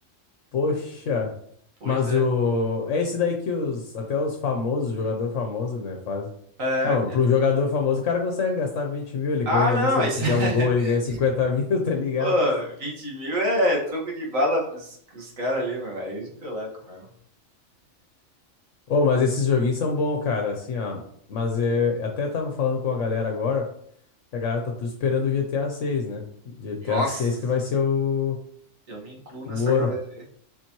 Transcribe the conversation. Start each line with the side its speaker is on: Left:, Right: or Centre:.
Left: Poxa.
Right: Pois
Left: Mas
Right: é.
Left: o. É esse daí que os. Até os famosos, jogador famoso, né, faz.
Right: É,
Left: É, mano,
Right: exato.
Left: pra um jogador famoso, o cara consegue gastar 20 mil, ele
Right: Ah,
Left: ganha
Right: não,
Left: ali. Se ele
Right: isso
Left: fizer
Right: é...
Left: um gol, ele ganha
Right: <laughs>
Left: 50 mil, <laughs> tá ligado?
Right: Pô, 20 mil é troco de bala pros, pros caras ali, mano. Aí eles colocam mesmo.
Left: Ô, mas esses joguinhos são bons, cara, assim, ó. Mas é, eu até tava falando com a galera agora que a galera tá tudo esperando o GTA 6, né? GTA
Right: Nossa,
Left: 6 que vai ser o,
Right: eu me incluo nessa
Left: o ouro.
Right: galera.